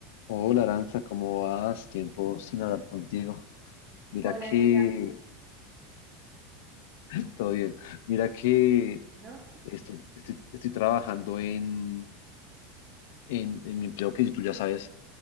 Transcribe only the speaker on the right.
Hola,
¿qué tal?
Caro?